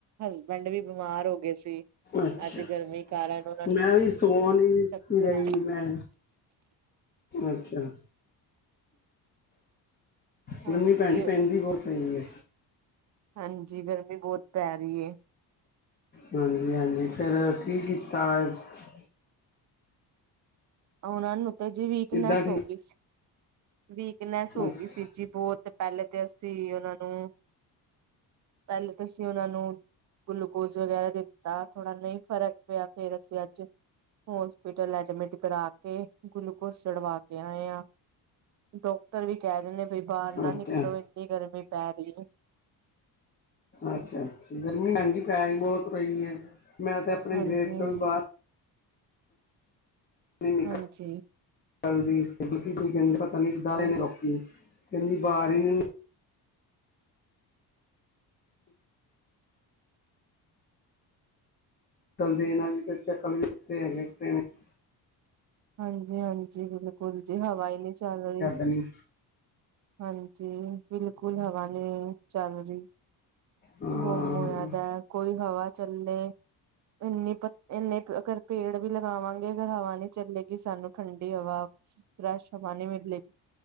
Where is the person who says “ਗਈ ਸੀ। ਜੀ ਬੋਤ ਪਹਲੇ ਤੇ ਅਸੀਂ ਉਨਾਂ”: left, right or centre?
Right